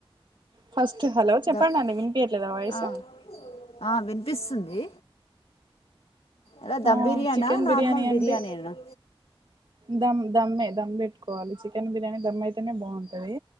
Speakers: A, on the right; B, on the left.
A: first hello చెప్పండి
B: డ్బ్
A: అండి వినిపియట్లేదా వాయిస్
B: అ అ వినిపిస్తుంది ఎలా
A: ఆ
B: దమ్ బిర్యానా
A: చికెన్ బిర్యాని
B: నార్మల్
A: అంటే
B: బిర్యానీనా
A: దమ్ దమ్మే దమ్ పెట్టుకోవాలి చికెన్ బిర్యానీ దమ్ అయితేనే బాగుంటది